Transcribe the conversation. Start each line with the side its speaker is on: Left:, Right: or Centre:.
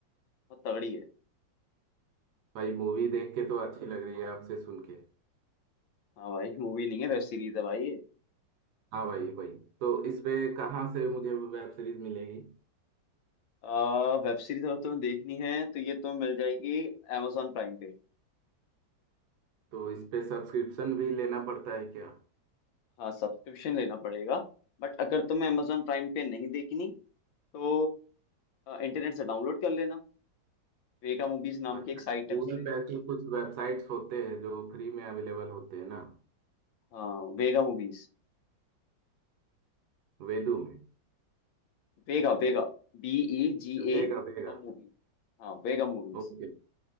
Left: बहुत तगड़ी है
Right: भाई मूवी देख के तो अच्छी लग रही है आपसे सुन के
Left: हाँ भाई मूवी नहीं है वेब सीरीज है भाई
Right: हाँ भाई भाई तो इस पे कहाँ से मुझे वेब सीरीज मिलेगी
Left: आ, वेब सीरीज अगर तुम्हें देखनी है तो ये तुम्हें मिल जाएगी amazon प्राइम पे
Right: तो इस पे सब्सक्रिप्शन भी लेना पड़ता है क्या
Left: हाँ सब्सक्रिप्शन लेना पड़ेगा बट अगर तुम्हें amazon प्राइम पे नहीं देखनी तो इंटरनेट से डाउनलोड कर लेना वेगा मूवीज नाम
Right: अच्छा
Left: की एक साइट है
Right: गूगल
Left: उससे
Right: पे ऐसे कुछ वेबसाइट्स होते हैं जो फ्री में अवेलेबल होते हैं ना
Left: हाँ वेगा मूवीज
Right: वेदू में
Left: वेगा वेगा बी ई जी
Right: तो वेगा
Left: ए
Right: वेगा
Left: मूवी हाँ वेगा मूवीज
Right: ओके